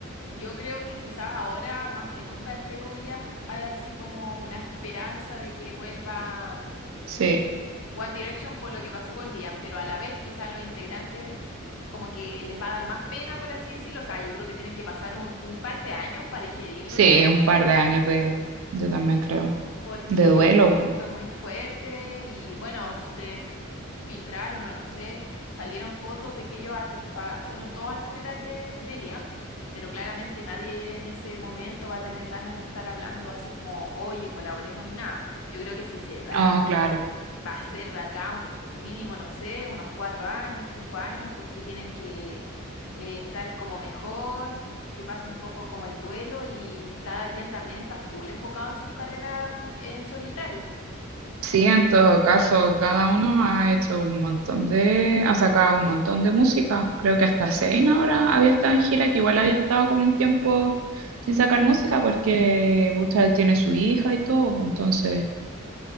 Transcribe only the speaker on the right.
Sí,
sí,
un
par
de años de, yo también creo,
de duelo,
pues.
No, claro.
Sí, en todo caso, cada uno ha hecho un montón de, ha sacado un montón de música. Creo que hasta Zayn ahora había estado en gira, que igual había estado como un tiempo sin sacar música porque Busta él tiene su hija y todo, pues, entonces